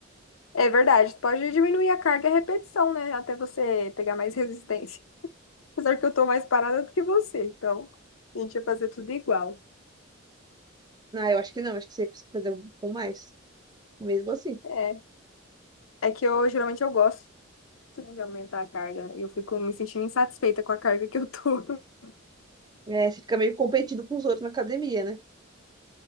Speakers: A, on the left (about 80°); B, on the right (about 20°).
A: É verdade, pode diminuir a carga e a repetição, né? Até você pegar mais <laughs> resistência. Apesar que eu tô mais parada do que você, então a gente ia fazer tudo igual.
B: Não, eu acho que não, acho que você consegue fazer um com mais. Mesmo assim.
A: É, é que eu geralmente eu gosto de aumentar a carga. Eu fico me sentindo insatisfeita com a carga que eu tô. <laughs>
B: É, você fica meio competindo com os outros na academia, né?